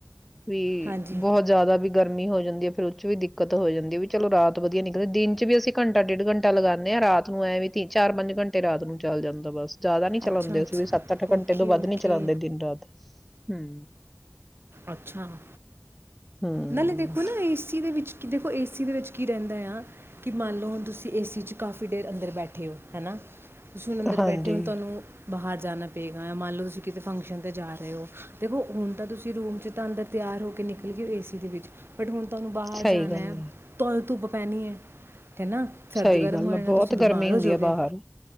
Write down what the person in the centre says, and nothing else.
ਵੀ
ਬਹੁਤ ਜ਼ਿਆਦਾ ਵੀ ਗਰਮੀ ਹੋ ਜਾਂਦੀ ਹੈ ਫੇਿਰ ਉਹ ਚ ਵੀ ਦਿੱਕਤ ਹੋ ਜਾਂਦੀ ਵੀ ਚਲੋ ਰਾਤ ਵਧੀਆ ਨਿਕਲਦੀ ਦਿਨ ਵਿੱਚ ਵੀ ਅਸੀਂ ਘੰਟਾ ਡੇਢ ਘੰਟਾ ਲਗਾਉਂਦੇ ਹਾਂ ਰਾਤ ਨੂੰ ਐਂ ਵੀ ਤੀ ਚਾਰ ਪੰਜ ਘੰਟੇ ਰਾਤ ਨੂੰ ਚੱਲ ਜਾਂਦਾ ਬਸ ਜ਼ਿਆਦਾ ਨੀ ਚਲਾਦੇ
ਅਸੀਂ ਵੀ ਸੱਤ ਅੱਠ ਘੰਟੇ
ਤੋਂ ਵੱਧ
ਨੀ ਚਲਾਦੇ ਦਿਨ ਰਾਤ ਹੂੰ,
ਹੂੰ,
ਹਾਂਜੀ
ਸਹੀ
ਗੱਲ ਹੈ।
ਸਹੀ
ਗੱਲ
ਆ
ਬਹੁਤ
ਗਰਮੀ
ਹੁੰਦੀ
ਆ ਬਾਹਰ